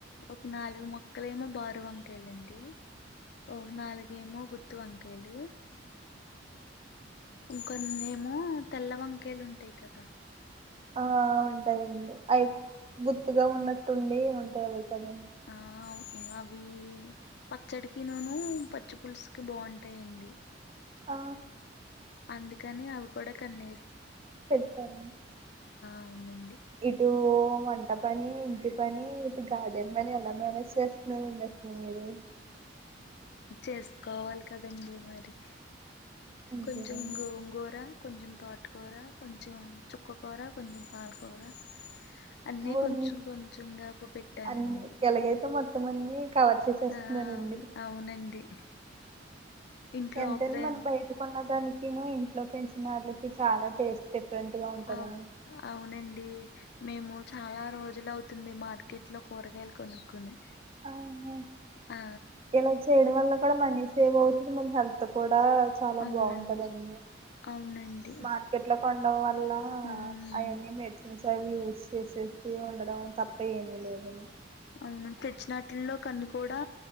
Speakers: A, on the left; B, on the right.
A: ఒక నాలుగు మొక్కలు ఏమో బారు వంకాయలుండి ఒ నాలుగెమో త వంకాయలు ఇంక ఏమో తెల్లవంకాయలు ఉంటాయి కదా
B: ఆ ఉంటాయండి అవి గుర్తుగా ఉన్నట్టుండి ఉంటాయి అవి కద
A: ఆ అవి పచ్చడికి నూను పచ్చి పులుసుకి బాగుంటాయండి
B: ఆ
A: అందుకని అవి కూడా కన్
B: పెతార
A: అవునండి
B: ఇటు వంట పని ఇంటి పని, ఇటు గార్డెన్ పని ఎలా మేనేజ్ చేస్తున్నారండి అసలు మీరు.
A: చేస్కోవాలి కదండి. మరి
B: అంతేనండి
A: కొంచం గోంగూర, కొంచం తోట్. కూర కొంచెం, చుక్కకూర, కొంచెం పాలకూరా. అన్నీ
B: ఓర్ని
A: కొంచెం కొంచెంగా <unintelligible> పెట్టానండి.
B: అన్ని ఎలాగైతే మొత్తం అన్ని కవర్ చేసేస్తున్నారండి,
A: ఆ అవును అవునండి ఇంట్లోపలే
B: ఎంతైనా మనం బయటకోన్న. దానికిమే, ఇంట్లో పెంచిన అళ్ళకి చాలా టేస్ట్. డిఫరెంట్ గా ఉంటదండి
A: అవు అవునండి, మేము చాలా రోజులు అవుతుంది, మార్కెట్ లో కూరగాయలు కొనుక్కొని.
B: ఆహా
A: ఆ
B: ఇలా చేయడం వల్ల. ఇక్కడ మనీ సేవ్ అవుతుంది, మన హల్త్ కూడ్. ఆ చాలా
A: అవునండి
B: బాగుంటందండి.
A: అవునండి
B: మార్కెట్ లో కొండం వల్ల
A: ఉమ్
B: అయాన్నీ మెడిసిన్స్. అవి యూస్ చేసేసి ఉండడం తప్ప ఏమీ లేదని.
A: అవునాన్. తెచ్చినట్లోలో కన్ని కూడా